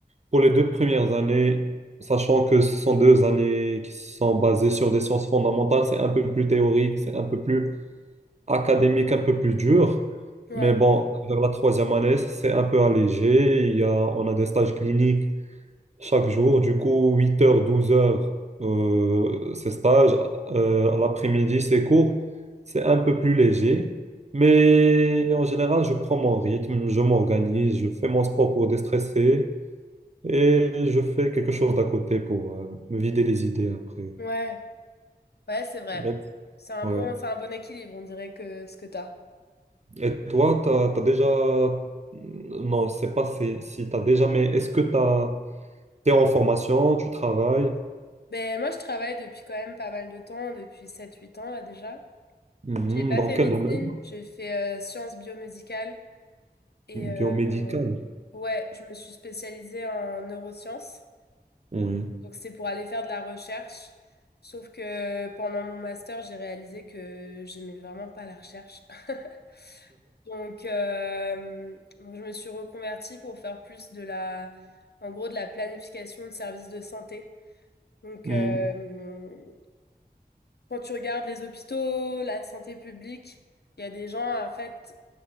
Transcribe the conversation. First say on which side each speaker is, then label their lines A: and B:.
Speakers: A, on the right; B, on the left.
A: pour les deux premières années, sachant que ce sont deux années qui sont basées sur des sciences fondamentales, c'est un peu plus théorique, c'est un peu plus académique un peu plus dur.
B: ouais,
A: Mais bon, vers la troisième année, c'est un peu allégé. Il y a, on a des stages cliniques chaque jour. Du coup, 8 heures, 12 heures, euh, ces stages. Euh, à l'après-midi, ces cours, c'est un peu plus léger. Mais en général, je prends mon rythme, je m'organise, je fais mon sport pour déstresser et je fais quelque chose d'à côté pour euh, me vider les idées après.
B: ouais, ouais, c'est vrai.
A: Même- si,
B: C'est un
A: ouais.
B: bon, c'est un bon équilibre, on dirait que ce que t'as.
A: Et toi, t'as, t'as déjà... Non, c'est pas si, si t'as déjà, mais est-ce que t'as... T'es en formation, tu travailles.
B: Ben, moi, je travaille depuis quand même pas mal de temps, depuis sept, huit ans, là, déjà.
A: Mhm.
B: J'ai pas
A: Dans
B: fait
A: quel
B: médecine,
A: domaine?
B: j'ai fait euh, sciences biomédicales. Et euh,
A: Biomédical.
B: euh, ouais, je me suis spécialisée en neurosciences.
A: Oui.
B: Donc c'est pour aller faire de la recherche. Sauf que pendant mon master, j'ai réalisé que j'aimais vraiment pas la recherche. <laughs> Donc, euh, donc je me suis reconvertie pour faire plus de la, en gros, de la planification de services de santé. Donc,
A: Mhm.
B: euh, quand tu regardes les hôpitaux, la santé publique, il y a des gens, en fait,